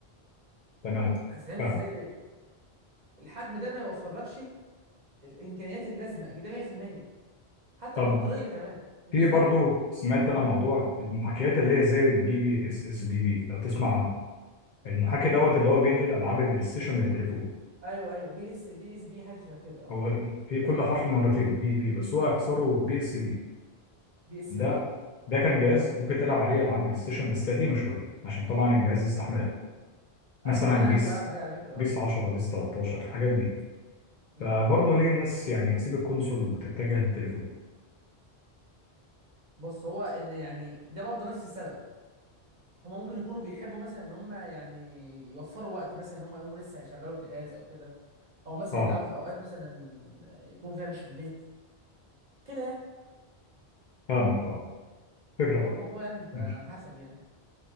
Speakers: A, on the left; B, on the right.
A: تمام
B: هتتعمل
A: فاهم
B: ازاي ديت الحجم ده ما يوفرلكش الامكانيات اللازمة ده 100% حتى
A: طب
B: البطارية كمان اللي
A: في
B: تستحمل
A: برضو سمعت انا موضوع المحاكيات اللي هي زي البي بي اس اس بي بي لو تسمع عنه المحاكي دوت اللي هو بينقل العاب البلاي ستيشن للتليفون
B: ايوه ايوه بي اس بي اس بي حاجة شبه كده اه
A: هو في كل حرف مرتين بي بي بس هو اختصاره بي اس بي
B: بي اس
A: ده
B: بي اه
A: ده كان جهاز ممكن تلعب عليه العاب بلاي ستيشن بس قديمه شويه عشان طبعا الجهاز يستحملها مثلا
B: انا موجود
A: بيس
B: عندي وبلعب عليه على فكره اه
A: بيس 10 بيس 13 الحاجات دي
B: امم
A: فبرضه ليه الناس يعني تسيب الكونسول وتتجه للتليفون
B: بص هو ان يعني ده برضه نفس السبب هما ممكن يكونوا بيحبوا مثلا ان هما يعني يوفروا وقت مثلا ان هما يقوموا لسه هيشغلوا الجهاز او كده او مثلا
A: اه
B: يلعبوا في اوقات مثلا يكونوا فيها مش في البيت كده يعني.
A: فاهمك اه فكرة
B: هو
A: برضه
B: الموضوع يعني بيبقى
A: ماشي
B: على حسب يعني